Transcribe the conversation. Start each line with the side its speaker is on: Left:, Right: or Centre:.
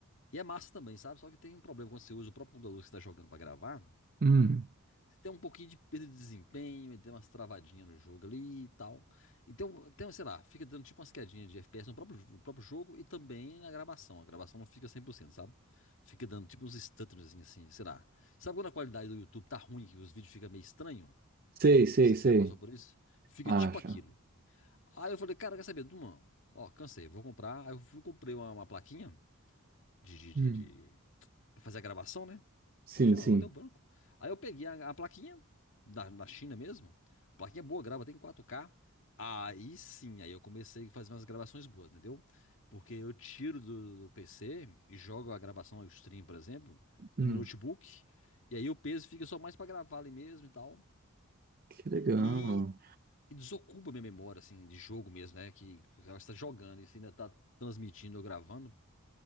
Left: e é massa também, sabe? Só que tem um problema quando você usa o próprio computador que você tá jogando pra gravar,
Right: Hum.
Left: Você tem um pouquinho de perda de desempenho, e tem umas travadinhas no jogo ali e tal. Então, tem, sei lá, fica dando tipo umas quedinhas de FPS no próprio, no próprio jogo e também na gravação. A gravação não fica cem por cento sabe? Fica dando tipo uns stutters assim, sei lá. Sabe quando a qualidade do YouTube tá ruim, que os vídeos ficam meio estranhos?
Right: Sei, sei,
Left: Não sei
Right: sei.
Left: se você já passou por isso. Fica
Right: Acha.
Left: tipo aquilo. Aí eu falei, cara, quer saber, Duma? Ó, cansei, vou comprar. Aí eu fui, comprei uma, uma plaquinha de, de,
Right: Hum.
Left: de, de fazer a gravação, né?
Right: Sim,
Left: Me chama,
Right: sim.
Left: ó, deu branco. Aí eu peguei a, a plaquinha da, da China mesmo. A plaquinha é boa, grava tem 4K. Aí sim, aí eu comecei a fazer umas gravações boas, entendeu? Porque eu tiro do, do PC e jogo a gravação, o stream, por exemplo,
Right: Hum.
Left: no meu notebook. E aí o peso fica só mais pra gravar ali mesmo e tal.
Right: Que legal.
Left: E, e desocupa minha memória, assim, de jogo mesmo, né? Que que você tá jogando e você ainda tá transmitindo ou gravando.